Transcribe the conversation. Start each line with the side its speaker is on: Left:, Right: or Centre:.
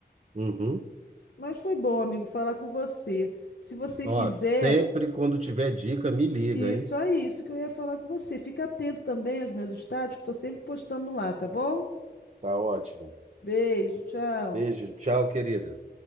Right: Uhum.
Left: Mas foi bom, amigo, falar com você. Se você
Right: Ó,
Left: quiser,
Right: sempre quando tiver dica, me liga,
Left: Isso
Right: hein?
Left: é isso que eu ia falar com você. Fica atento também aos meus status, que estou sempre postando lá, tá bom?
Right: Tá ótimo.
Left: Beijo, tchau.
Right: Beijo, tchau, querida.